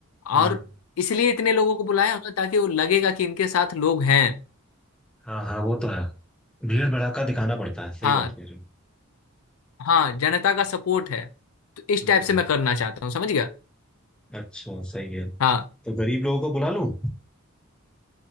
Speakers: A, in the centre; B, on the left (about 80°).
A: हम्म
B: और इसलिए इतने लोगों को बुलाया हूं ना ताकि वो लगेगा कि इनके साथ लोग हैं
A: हाँ हाँ वो तो है भीड़ भड़ाका दिखाना पड़ता है सही
B: हाँ
A: बात कह रहे हो
B: हाँ जनता का सपोर्ट है तो इस
A: हम्म
B: टाइप से मैं करना चाहता हूँ समझ गया
A: अच्छा सही है
B: हाँ
A: तो गरीब लोगों को बुला लूं